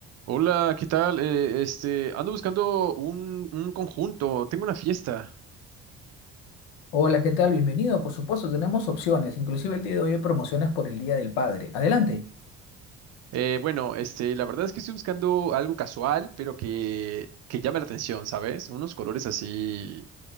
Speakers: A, on the right (about 50°); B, on the left (about 80°).
A: Hola, ¿qué tal? Eh, este, ando buscando un, un conjunto, tengo una fiesta.
B: Hola, ¿qué tal? Bienvenido. Por supuesto, tenemos opciones. Inclusive el día de hoy hay promociones por el Día del Padre. Adelante.
A: Eh, bueno, este, la verdad es que estoy buscando algo casual, pero que, que llame la atención, ¿sabes? Unos colores así,